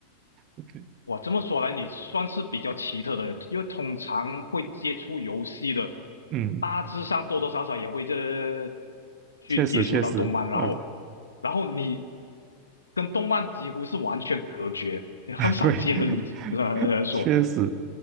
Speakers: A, on the right; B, on the left.
A: <laughs> OK，
B: 哇，这么说来，你算是比较奇特的，因为通常会接触游戏的，
A: 嗯，
B: 大致上多多少少也会这去接触到动漫，
A: 确实确实，
B: 然后，
A: 呃，
B: 然后你跟动漫几乎是完全隔绝，你很少见的例子，
A: 对，<laughs>
B: 呃，说，
A: 确实，